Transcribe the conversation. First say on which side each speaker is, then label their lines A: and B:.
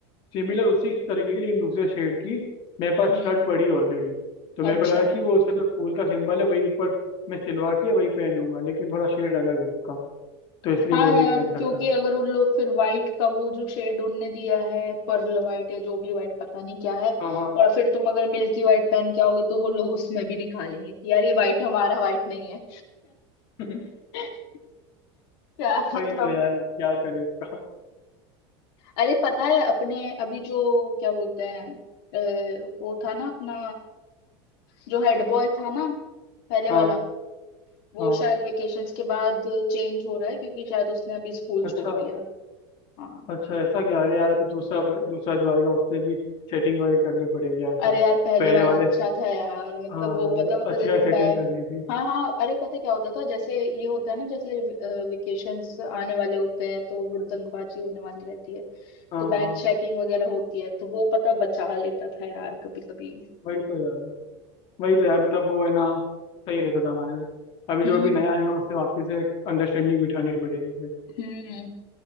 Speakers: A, on the left; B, on the left.
A: सिमिलर उसी तरीके की लेकिन दूसरे शेड की मेरे पास
B: हम्म
A: शर्ट पड़ी ऑलरेडी तो मेरे
B: अच्छा
A: को लगा कि वो उसका जो फूल का सिंबल है वही ऊपर मैं सिलवा के वही पहन लूंगा लेकिन थोड़ा शेड अलग है उसका तो इसलिए
B: हाँ
A: वो नहीं
B: यार
A: पहन सकता
B: क्योंकि
A: मैं।
B: अगर उन लोग फिर व्हाइट का वो जो शेड उनने दिया है पर्ल व्हाइट या जो भी व्हाइट पता नहीं क्या है
A: हाँ हाँ
B: और फिर तुम अगर मिल्की व्हाइट पहन के आओगे तो वो लोग उसमें भी निकालेंगे कि यार ये व्हाइट हमारा व्हाइट नहीं है
A: <laughs>
B: <laughs> यार मतलब
A: वही तो यार अब क्या करें इसका
B: अरे पता है अपने अभी जो क्या बोलते हैं अ, वो था ना अपना जो हेड बॉय था ना पहले
A: हाँ
B: वाला वो
A: हाँ
B: शायद वेकेशंस के बाद चेंज हो रहा है क्योंकि शायद उसने अभी स्कूल
A: अच्छा
B: छोड़ दिया हाँ
A: अच्छा ऐसा क्या अरे यार अभी दूसरा दूसरा जो आएगा उससे भी सेटिंग वगैरह करनी पड़ेगी यार सब
B: अरे यार पहले
A: पहले
B: वाला
A: वाले
B: अच्छा था यार मतलब
A: हाँ
B: वो
A: यार
B: पता मतलब
A: अच्छी
B: जैसे
A: यार सेटिंग
B: बैग
A: करनी थी
B: हाँ हाँ अरे पता क्या होता था जैसे ये होता है ना जैसे वेकेशंस आने वाले होते हैं तो हुड़दंगबाजी होने वाली रहती है
A: हाँ
B: तो बैग
A: हाँ
B: चेकिंग वगैरह होती है तो वो पता बचा लेता था यार कभी कभी
A: वही तो यार वही तो यार मतलब वो है ना सही रहता था हमारे अभी
B: हम्म
A: जो भी नया आएगा उससे वापस से एक अंडरस्टैंडिंग बिठानी पड़ेगी फिर
B: हम्म